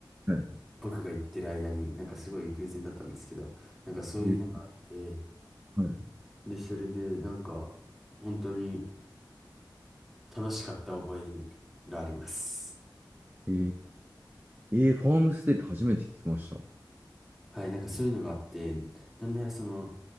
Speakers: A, on the right; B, in the centre.
A: はい。
B: 僕が行ってる間に、なんかすごい偶然だったんですけど、なんかそういうのがあって、
A: ええ、はい。
B: で、それでなんか、本当に楽しかった覚えがあります。
A: えええー、ファームステイって初めて聞きました。は
B: はい、なんかそういうのがあって、なんならその、